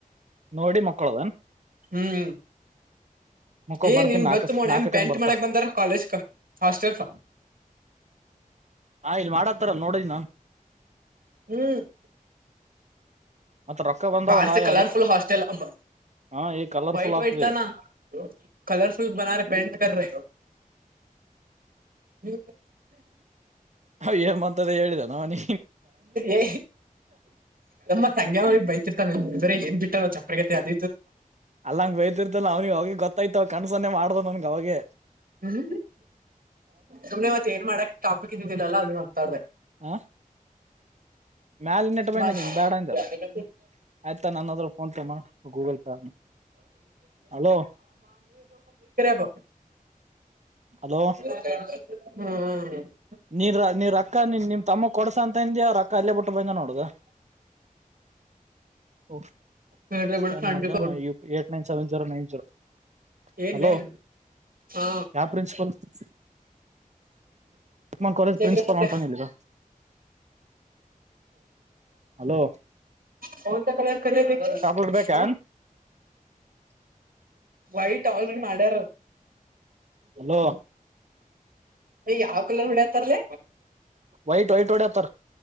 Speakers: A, on the right (about 50°); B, on the right (about 75°).
A: ನೋಡಿ ಮಕ್ಕಳದನ್
B: ಹ್ಮ್
A: ಮಕ್ಕೋ
B: ಏ
A: ಬರ್ತೀನಿ
B: ನಿನ್
A: ನಾಕಕ್
B: ಗೊತ್ತ ಮೋಣ
A: ನಾಕಕ್
B: ಹೆಮ ಪೆಂಟ್
A: ಹಂಗ್ ಬರ್ತಾ
B: ಮಾಡಕ್ ಬಂದಾರ ಕಾಲೇಜ್ ಕ ಹಾಸ್ಟೆಲ್ಕ
A: ಹಾ ಇಲ್ ಮಾಡತ್ತಾರಲ್ ನೋಡಿದಿ ನಾನ್
B: ಹ್ಮ್
A: ಮತ್ ರೊಕ್ಕ ಬಂದಾವಲ್ಲ
B: ಬಹಾರಸ ಕಲರ್ಫುಲ್
A: ಅದಕ್
B: ಹಾಸ್ಟಲ್ ಅಮ
A: ಹಾ ಈಗ ಕಲರ್ಫುಲ್
B: ವ್ಟ್
A: ಆಗ್ತದೆ
B: ವೈಟ್
A: ಈಗ
B: ನಾ ಕಲರ್ಫುಲ್ ಬ ರ ಪೇಂಟ್ ರ ಹ್ಮ
A: ಹ ಏ ಅಂತ ಹೇಳಿದ ನನಿ
B: ಏ ನಮ್ಮ ಸಂಗ್ಯಾವಳಿ ಬೈತಿರ್ತಾನ ಬೇರೆ ಏನ್ ಬಿಟ್ಟಾರ ಚಪ್ರಗತೆ ಅದ
A: ಅಲ್ಲಂಗ ಬಯ್ತಿರ್ತಲ್ಲ ಅವನಿ ಅವಿ ಗೊತ್ತಾಯ್ತವ ಕಣಸನ್ನೆ ಮಾಡ್ದ ನನ್ಗ ಅವೆ
B: ಹ್ಮ ಸುಮ್ನೆ ಮತ್ತತ್ ಏನ್ ಮಾಡಕ್ ಟಾಪಿಕ್ ಇದ್ದಿದ್ದಿಲ್ಲಲ್ಲ ಅದ ಮಾಡ್ತಾರ್ರ
A: ಆ ಮ್ಯಾಲ ನೆಟ್ ಬಂದೆ
B: ಮ
A: ನೀನ್ ಬೇಡ ಅಂದಲ್ಲ
B: ಯ ಕತ
A: ಆಯ್ತಾ ನನ್ನ ಹತ್ರ ಫೋನ್ ಪೇ ಮಾಡ ಗೂಗಲ್ ಪೇ ಹಲೋ
B: ಬ ಹ್ಮ
A: ಹಲೋ ನೀ ನೀವ ರಕ್ಕ ನಿ ನಿಮ ತಮ್ಮ ಕೊಡಸ ಅಂತಂದಿ ಅವ್ ರೊ ಅಲ್ಲೇ ಬಿಟ್ಟು ಬಂದ್ ನೋ ದ ಓ
B: ಹೇಳ್ರಿ
A: ಸ್ಕ್ಯಾನ್
B: ಬಿಡ ಸಂಜೆ
A: ಮಾಡೋ
B: ಕೊಡ್
A: eight nine seven zero nine zero
B: ಏನ್ಲೆ
A: ಹಲೋ
B: ಹಾ
A: ಯ ಪ್ರಿನ್ಸಿಪಲ್ ಮನ್ ಕಾಲೇಜ್
B: ಬೇಕ್ರಿ
A: ಪ್ರಿನ್ಸಿಪಲ್
B: ಮತ್ತೆ
A: ನಿರ ಹಲೋ
B: ಕೌನ್ಸ ಕಲರ್ ಕ
A: ಚಾಕ್ಲೇಟ್ ಬೇಕನ್
B: ಹಾ ವೈಟ್ ಆಲ್ನ್ ಮಾಡ್ಯಾರ
A: ಹಲೋ
B: ಯಾವ್ ಕಲರ್ ಹೊಡತಾರಲ
A: ವೈಟ್ ವೈಟ್ ಒಓಡೆಯತ